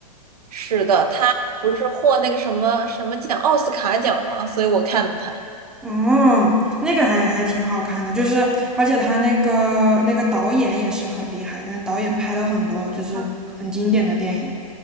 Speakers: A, on the right; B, in the centre.
A: 是的，他不是获那个什么什么奖，奥斯卡奖吗？所以我看了他。
B: 嗯，那个还还挺好看的，就是而且他那个那个导演也是很厉害，但导演拍了很多就是很经典的电影。
A: 嗯